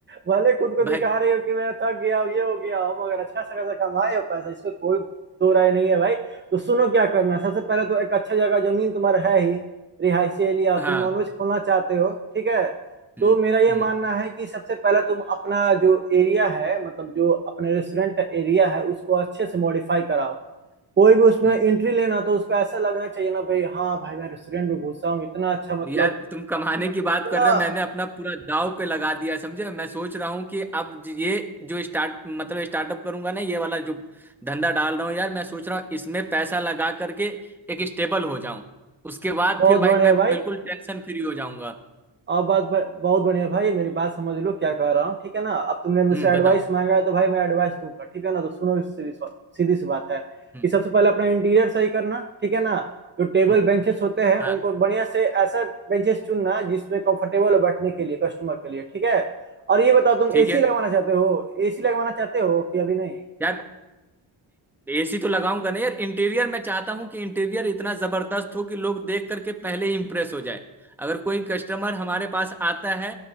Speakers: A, on the right; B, in the centre.
A: भले खुद को
B: भाई
A: दिखा रहे हो कि मैं थक गया हूं, ये हो गया हूं मगर अच्छा सा खासा कमाए हो पैसा इसमें कोई दो राय नहीं है भाई तो सुनो क्या करना है सबसे पहले तो एक अच्छा जगह जमीन तुम्हारा है ही रिहायशी एरिया
B: हाँ
A: तुम नॉनवेज खोलना चाहते हो ठीक है
B: हम्म
A: तो मेरा ये
B: हम्म
A: मानना है कि सबसे पहले तुम अपना जो एरिया है मतलब जो अपने रेस्टोरेंट का एरिया है उसको अच्छे से मॉडिफाई कराओ कोई भी उसमें
B: हम्म
A: एंट्री लेना तो उसको ऐसा लगना चाहिए ना भाई हाँ भाई मैं रेस्टोरेंट में घुसा हूँ इतना अच्छा मतलब
B: यार तुम कमाने की बात
A: इतना
B: कर रहे हो मैंने अपना पूरा दाव पे लगा दिया समझे मैं सोच रहा हूँ कि अब ज- ये जो स्टार्ट मतलब स्टार्टअप करूंगा ना ये वाला जो धंधा डाल रहा हूँ यार मैं सोच रहा हूँ इसमें पैसा लगा करके एक स्टेबल हो जाऊं उसके बाद
A: बहुत
B: फिर
A: बड़े
B: भाई
A: है
B: मैं
A: भाई
B: बिल्कुल टेंशन फ्री हो जाऊंगा
A: और बात बहुत बढ़िया भाई मेरी बात समझ लो क्या कह रहा हूँ ठीक है ना अब तुमने मुझसे
B: हम्म
A: एडवाइस
B: बताओ
A: मांगा है तो भाई मैं एडवाइस दूंगा ठीक है ना तो सुनो इस सीधी सी सीधी सी बात है
B: हम्म
A: कि सबसे पहले अपना इंटीरियर सही करना ठीक है ना जो टेबल
B: हम्म
A: बेंचेस होते हैं उनको
B: हाँ
A: बढ़िया से ऐसा बेंचेस चुनना जिसमें कंफर्टेबल हो बैठने के लिए कस्टमर के लिए ठीक है और ये बताओ तुम
B: ठीक
A: एसी
B: है
A: लगवाना चाहते हो एसी लगवाना चाहते हो कि अभी नहीं
B: यार एसी तो लगाऊंगा नहीं यार इंटीरियर मैं चाहता हूँ कि इंटीरियर इतना जबरदस्त हो कि लोग देख करके पहले ही इंप्रेस हो जाए अगर कोई कस्टमर हमारे पास आता है